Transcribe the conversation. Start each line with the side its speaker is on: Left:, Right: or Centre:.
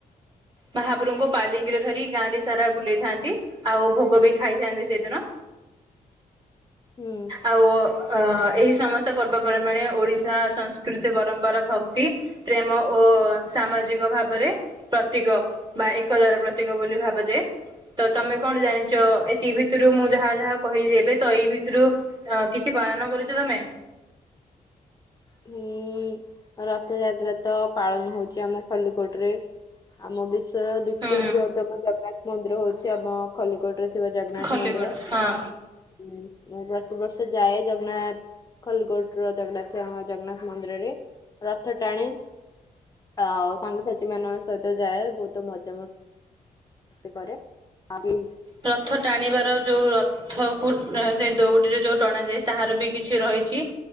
Right: ମହାପ୍ରଭୁଙ୍କୁ ପାଲିଙ୍କିରେ ଧରି ଗାଁ ରେ ସାରା ବୁଲେଇଥାନ୍ତି ଆଉ ଭୋଗ ବି ଖାଇଥାନ୍ତି ସେଦିନ।
Left: ହୁଁ।
Right: ଆଉ ଏହି ସମସ୍ତ ପର୍ବପର୍ବାଣୀ ଓଡିଶା ସଂସ୍କୃତି ପରମ୍ପରା ଭକ୍ତି। ପ୍ରେମ ଓ ସାମାଜିକ ଭାବରେ ତୀକ ବା ଏକତାର ପ୍ରତୀକ ବୋଲି ଭାବ ଯାଏ। ତ ତମେ କଣ ଜାଣିଚ ଏତିକି ଭିତୁରୁ ମୁଁ ଯାହା ଯାହା କହିିଲି ଏବେ ତ ଏଇ ଭିତରୁ ଅ କିଛି ପାଳନ କରିଚ ତମେ?
Left: ହୁଁ ରଥଯାତ୍ରା ତ ପାଳନ ହଉଚି ଆମ ଖଲିକୋଟ ରେ। ଆମ ବିଶ୍ୱର ଦ୍ଵିତୀୟ
Right: ହୁଁ
Left: ବୃହତମ ଜଗନ୍ନାଥ ମନ୍ଦିର ହଉଛି ଆମ ଖଲିକୋଟରେ ଥିବା ଜଗନ୍ନାଥ
Right: ଖଲିଗଡ଼।
Left: ମନ୍ଦିର
Right: ହଁ।
Left: ମୁଁ ମୁଁ ପ୍ରତ ବର୍ଷ ଯାଏ ଜଗନ୍ନାଥ ଖୋଲିକୋଟର ଜଗନ୍ନାଥ ଅଁ ଜଗନ୍ନାଥ ମନ୍ଦିରରେ ରଥ ଟାଣେ। ଆଉ ସାଙ୍ଗସାଥି ମାନଙ୍କ ସହିତ ଯାଏ ବହୁତ ମଜା ମ ସ୍ତି କରେ <unintelligible>
Right: ରଥ ଟାଣିବାର ଯୋଉ ର ଥ କୁ ସେ ଦଉଡିରେ ଯୋଉ ଟଣାାଯାଏ ତାହାର ବି କିଛି ରହିଛି।